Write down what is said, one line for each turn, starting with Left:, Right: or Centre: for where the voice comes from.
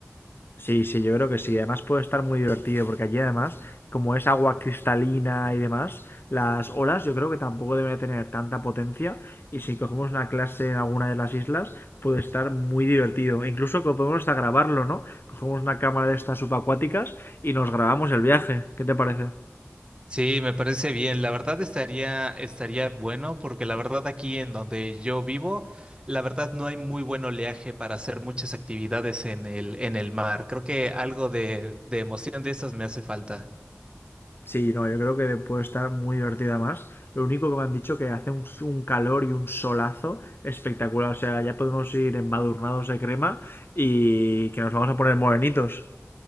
Left: Sí, sí, yo creo que sí. Además puede estar muy divertido porque allí además, como es agua cristalina y demás, las olas yo creo que tampoco deben de tener tanta potencia y si cogemos una clase en alguna de las islas puede estar muy divertido. E incluso que podemos hasta grabarlo, ¿no? Cogemos una cámara de estas subacuáticas y nos grabamos el viaje. ¿Qué te parece?
Right: Sí, me parece bien. La verdad estaría, estaría bueno porque la verdad aquí en donde yo vivo, la verdad no hay muy buen oleaje para hacer muchas actividades en el, en el mar. Creo que algo de, de emoción de esas me hace falta.
Left: Sí, no, yo creo que puede estar muy divertida más. Lo único que me han dicho que hace un, un calor y un solazo espectacular. O sea, ya podemos ir embadurnados de crema y que nos vamos a poner morenitos.